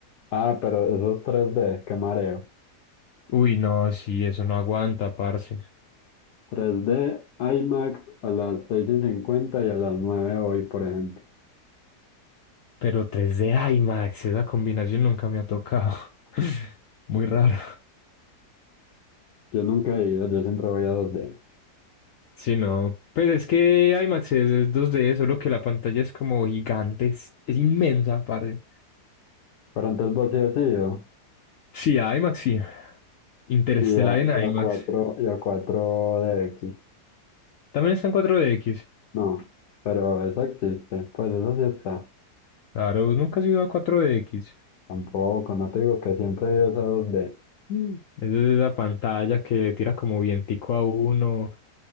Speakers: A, on the left (about 80°); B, on the left (about 65°).
A: Ah, pero esos 3D, qué mareo.
B: Uy, no, sí, eso no aguanta, parce.
A: 3D, IMAX a las 6 y 50 y a las 9 hoy, por ejemplo.
B: Pero tres d IMAX, esa combinación nunca me ha tocado. <laughs> Muy raro.
A: Yo nunca he ido, yo siempre voy a 2D.
B: Sí, no. Pues es que IMAX es, es 2D, solo que la pantalla es como gigante, es, es inmensa, aparte.
A: Pero antes vos sí has ido.
B: Sí, IMAX sí. Interestelar
A: Y a,
B: en
A: y
B: IMAX.
A: a 4, y a 4DX.
B: También está en cuatro D X.
A: No, pero eso existe. Pues eso sí está.
B: Claro, nunca has ido a 4DX.
A: Tampoco, no te digo que siempre he ido a esa 2D.
B: Mm. <laughs> Es la pantalla que tira como vientico a uno.